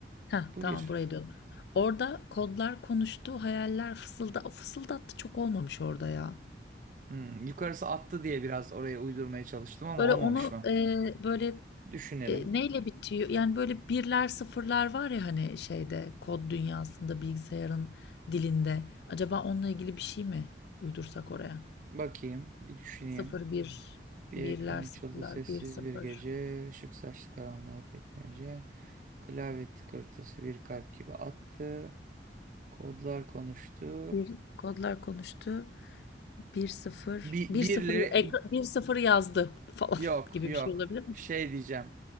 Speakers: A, on the left (about 65°); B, on the right (about 45°).
A: Heh,
B: Bu
A: tamam
B: bir.
A: burayı diyorum. Orada kodlar konuştu, hayaller fısılda fısıldattı çok olmamış orada ya.
B: Hmm, yukarısı attı diye biraz oraya uydurmaya çalıştım ama
A: Böyle
B: olmamış
A: onu
B: mı?
A: e, böyle
B: Düşünelim.
A: e, neyle bitiyor? Yani böyle birler sıfırlar var ya hani şeyde kod dünyasında bilgisayarın dilinde. Acaba onunla ilgili bir şey mi uydursak oraya?
B: Bakayım, bir düşüneyim.
A: Sıfır bir,
B: Bir
A: birler
B: ekran açıldı
A: sıfırlar,
B: sessiz
A: bir sıfır.
B: bir gece. Işık saçlı karanlığa tekmece. Klavye tıkırtısı bir kalp gibi attı. Kodlar konuştu.
A: Bir kodlar konuştu. bir sıfır
B: Bi-
A: Bir
B: birileri
A: sıfır, ekra- bir sıfır yazdı falan
B: Yok
A: <laughs> gibi
B: yok.
A: bir şey olabilir mi?
B: Şey diyeceğim.